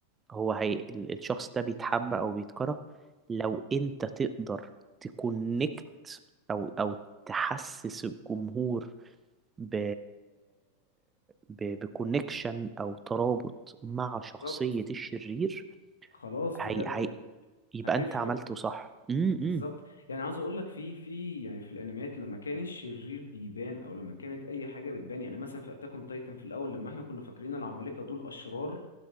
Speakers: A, on the right; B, on the left.
A: هو هي ال- الشخص ده بيتحب او بيتكره لو انت تقدر تكونكت او او تحسس الجمهور ب... ب... بكونكشن او ترابط مع شخصية
B: بالظبط
A: الشرير
B: خلاص
A: هي...
B: بجد
A: هي...
B: ال-
A: يبقى
B: هتفرق
A: انت عملته صح امم
B: بالظبط يعني عاوز اقول لك في في يعني في الانميات لما كان الشرير بيبان او لما كانت اي حاجه بتبان يعني مثلا في اتاك اون تايتن في الاول لما احنا كنا فاكرين العمالقه دول اشرار